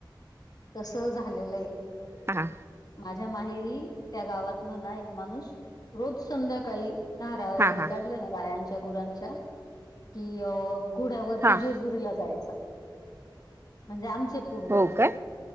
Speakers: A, on the left (about 50°); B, on the right (about 30°).
A: तस झालेलं आहे.
B: हा.
A: माझ्या माहेरी त्या गावातन ना एक माणूस रोज संध्याकाळी धारा वगैरे
B: हा हा
A: काढल्या ना गायांच्या गुरांच्या कि अ घोड्यावरती
B: हा
A: जेजुरीला जायचा म्हणजे आमचे पूर्वज
B: हो काय